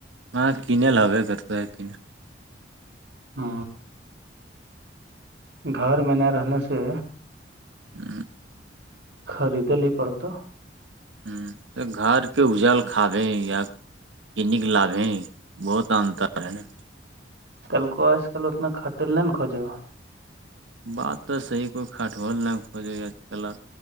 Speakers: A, on the right (about 85°); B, on the right (about 65°).
A: ہاں کینے ل ہوبے کرتے ہے کینا
B: ہ گھر میں نہ رہنے سے
A: ہ
B: خریدلی پڑتا
A: ہ تو گھر کے اجل کھاابے یا ک نک لابب ہے بہت انتر ہے نا
B: کل کو آج کل اتنا خھٹل نہیں ن کوجے ہو
A: بات تو صحیح کوئی کھٹبول نہیں کوجے ہے آج ک